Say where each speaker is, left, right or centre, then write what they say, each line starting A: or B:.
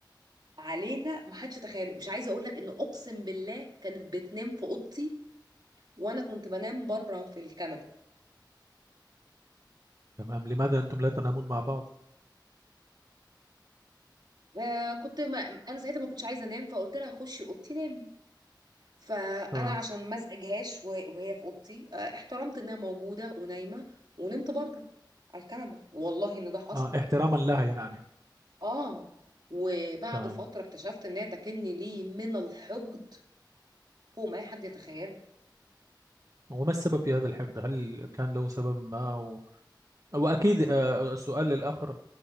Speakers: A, on the right; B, on the right.
A: علينا ما حدش تخيله مش عايزه اقول لك ان اقسم بالله كانت بتنام في اوضتي وانا كنت بنام بره في الكنبه
B: تمام لماذا انتم لا تنامون مع بعض
A: آه كنت ما انا ساعتها ما كنتش عايزه انام فقلت لها خشي اوضتي نامي فانا
B: تمام
A: عشان ما ازعجهاش وه- وهي في اوضتي آه احترمت انها موجوده ونايمه ونمت بره على الكنبه والله ان ده حصل
B: آه احتراما لها يعني
A: اه وبعد
B: تمام
A: فتره اكتشفت انها تكني لي من الحقد فوق ما اي حد يتخيله
B: وما السبب في هذا الحقد هل كان له سبب ما أو... واكيد آه، السؤال للاخر